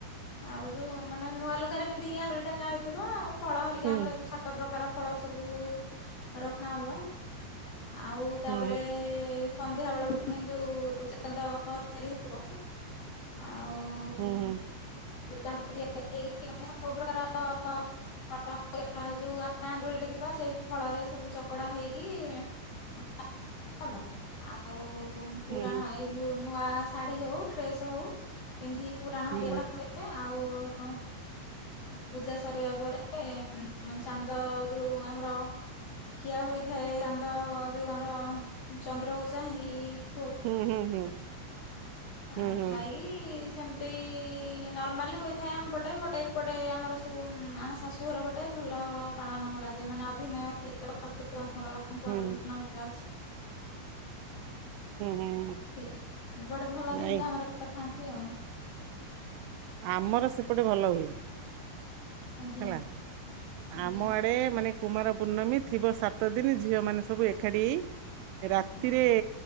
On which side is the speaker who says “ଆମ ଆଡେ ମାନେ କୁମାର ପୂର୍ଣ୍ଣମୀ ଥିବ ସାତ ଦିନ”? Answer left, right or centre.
Right